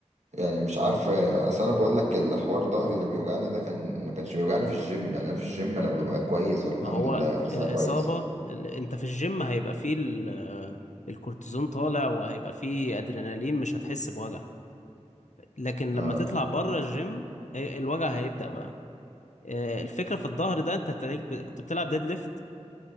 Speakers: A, on the right; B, on the left.
A: يعني مش عارف اصل انا بقول لك الحوار ظهري اللي بيوجعني ده كان ما كانش بيوجعني في الجيم يعني انا في الجيم انا ببقى كويس والحمد
B: ما هو
A: لله حاسسها
B: الإصابة
A: كويس
B: ال- أنت في الجيم هيبقى فيه ال- الكورتيزون طالع وهيبقى فيه أدرينالين مش هتحس بوجع لكن لما
A: اه
B: تطلع بره الجيم هي- الوجع هيبدأ بقى آه، الفكرة في الظهر ده أنت تلاقيك ب- كنت بتلعب ديد ليفت